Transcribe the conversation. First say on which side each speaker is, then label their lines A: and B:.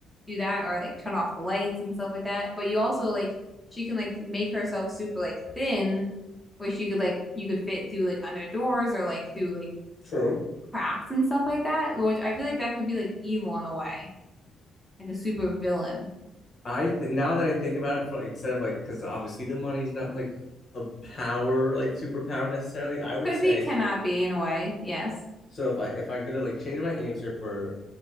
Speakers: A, in the centre; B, on the left (about 50°).
A: do that or like turn off the lights and stuff like that but you also like she can like make herself super like thin where she could like you could fit through like under doors or like through like
B: <laughs> True.
A: cracks and stuff like that, which I feel like that could be like evil in a way, like a super villain.
B: I think now that I think about it, for like, instead of like, because obviously the money's not like a power, like superpower necessarily. I would
A: Could
B: say
A: be, cannot be in a way. Yes.
B: so. If I if I'm gonna like change my answer for